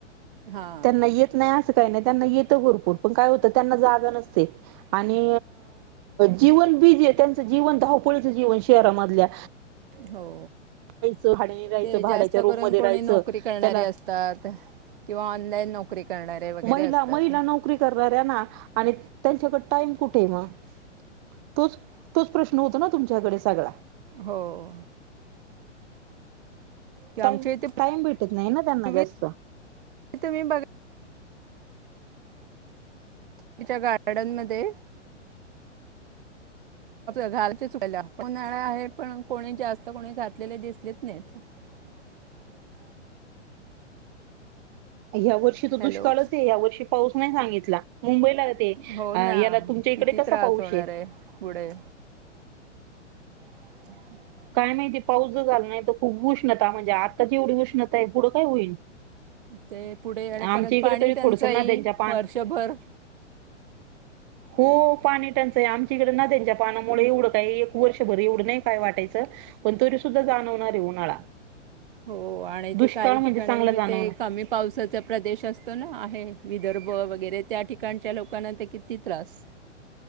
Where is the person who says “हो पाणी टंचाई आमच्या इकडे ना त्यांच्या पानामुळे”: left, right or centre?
Right